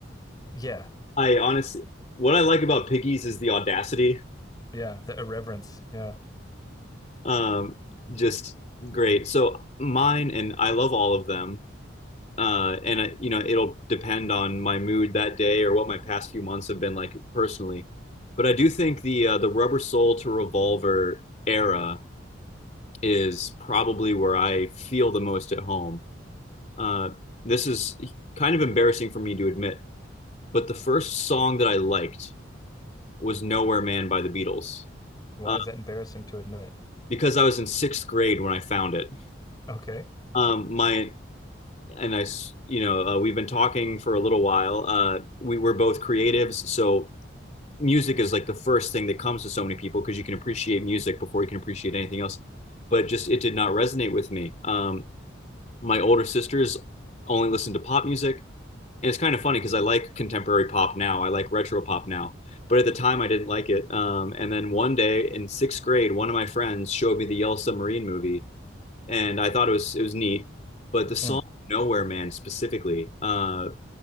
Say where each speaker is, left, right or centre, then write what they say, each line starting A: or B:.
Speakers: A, on the left; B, on the left.
A: Yeah,
B: I honestly, what I like about Piggies is the audacity.
A: yeah. The irreverence. Yeah.
B: Um, just great. So mine, and I love all of them. Uh, and I, you know, it'll depend on my mood that day or what my past few months have been like personally. But I do think the uh, the Rubber Soul to Revolver era is probably where I feel the most at home. Uh, this is kind of embarrassing for me to admit, but the first song that I liked was Nowhere Man by the Beatles
A: Why
B: Uh,
A: is that embarrassing to admit?
B: because I was in sixth grade when I found it.
A: Okay.
B: Um, my and I, you know, uh, we've been talking for a little while. Uh, we were both creatives, so music is like the first thing that comes to so many people because you can appreciate music before you can appreciate anything else. But just it did not resonate with me. Um, my older sisters only listened to pop music, and it's kind of funny because I like contemporary pop now. I like retro pop now. But at the time, I didn't like it. Um, and then one day in sixth grade, one of my friends showed me the Yellow Submarine movie, and I thought it was it was neat. But the song
A: Hmm.
B: "Nowhere Man" specifically, uh,